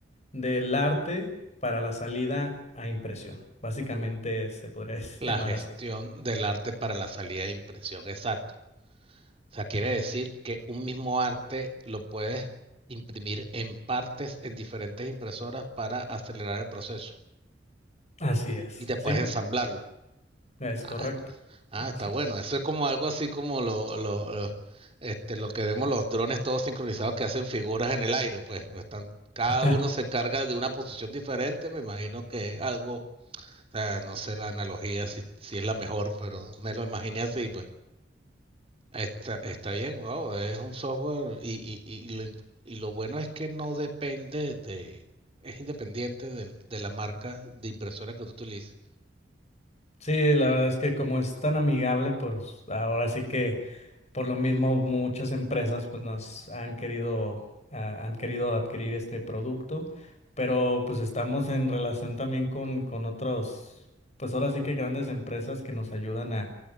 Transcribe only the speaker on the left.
del arte para la salida a impresión. Básicamente se podría <laughs>
llamar
así.
Así es,
¿sí?
Es
correcto.
¿no?
Sí.
<laughs>
Sí, la verdad es que como es tan amigable, pues ahora sí que Por lo mismo, muchas empresas pues nos han querido, ah, han querido adquirir este producto, pero pues estamos en relación también con, con otros, pues ahora sí que grandes empresas que nos ayudan a,